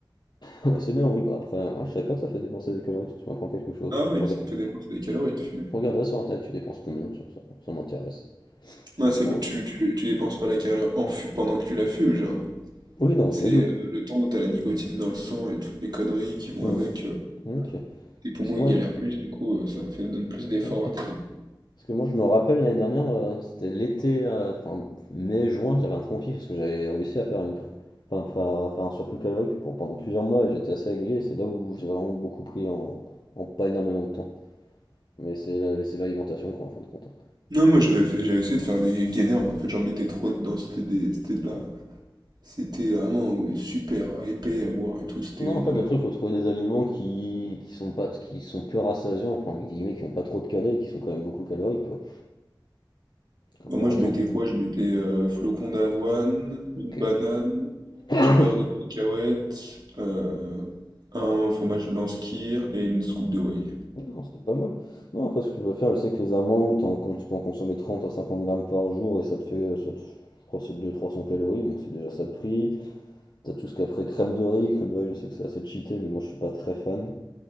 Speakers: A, on the left; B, on the right.
A: Ah Bah, c'est bien, oui, bah après, ah, je savais pas que ça fait dépenser des calories, tu m'apprends quelque chose.
B: Ah oui,
A: Je regarde,
B: ça te fait dépenser des calories de fumer.
A: je regarderai sur internet, tu dépenses combien, tiens, ça, ça m'intéresse.
B: Ah, c'est
A: Ah,
B: pas- tu, tu, tu dépenses pas la calorie en fu- pendant que tu la fumes, genre.
A: oui, non,
B: C'est
A: je me doute.
B: euh, le temps où t'as la nicotine dans le sang et toutes les conneries qui vont
A: Hmm,
B: avec. euh,
A: ok.
B: tes poumons,
A: Parce que
B: ils
A: moi,
B: galèrent
A: je...
B: plus, du coup, euh, ça fait, donne plus d'efforts
A: ok.
B: à tes...
A: Parce que moi, je me rappelle l'année dernière, euh, c'était l'été, euh, enfin, mai-juin, j'avais un conflit parce que j'avais réussi à faire une... enfin, à faire un surplus calorique pour pendant plusieurs mois et j'étais assez régulier, c'est là où j'ai vraiment beaucoup pris en... en pas énormément de temps. Mais c'est la- c'est l'alimentation, quoi, en fin de compte. hein.
B: Non, moi j'avais fait, j'avais essayé de faire des gainers, mais en fait j'en mettais trop dedans, c'était des, c'était de
A: Ouais.
B: la... C'était vraiment euh, super épais à boire et tout, c'était
A: Non,
B: une
A: en fait,
B: horreur.
A: le truc, faut trouver des aliments qui, qui sont pas, qui sont peu rassasiants, enfin, entre guillemets, qui ont pas trop de calais, qui sont quand même beaucoup caloriques, quoi. Comme
B: Bah,
A: par
B: moi, je
A: exemple,
B: mettais quoi? Je mettais euh, flocons d'avoine, une
A: ok.
B: banane,
A: <coughs>
B: du beurre de cacahuète, euh, un fromage blanc skyr et une scoop de whey.
A: Non, c'était pas mal. Non, après, ce que tu peux faire, je sais que les amandes, t'en- quand tu peux en consommer 30 à 50 grammes par jour, et ça te fait, ça te- je crois, que c'est deux trois cents calories, donc c'est déjà ça de prix. T'as tout ce qu'après, crème de riz, crème de riz, je sais que c'est assez cheaté, mais moi, je suis pas très fan.